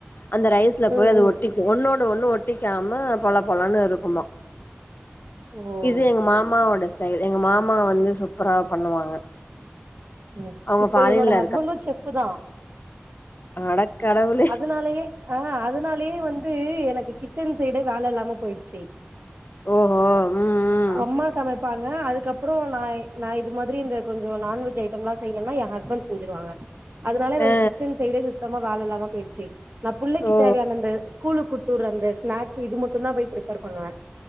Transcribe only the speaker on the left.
அந்த ரைஸ்ல போய்
அது
ஒட்டிக் கு ஒன்னோடு ஒண்ணு ஒட்டிக்காம பலப்பலன் இருக்குமா
இது எங்க
மாமாவோட
ஸ்டைல் எங்க மாமா வந்து சூப்பரா பண்ணுவாங்க
அவங்க
ஃபாரின்ல
அடக்கடவுள்
ஓ ம் ம்
அ
அ ஓ ஓ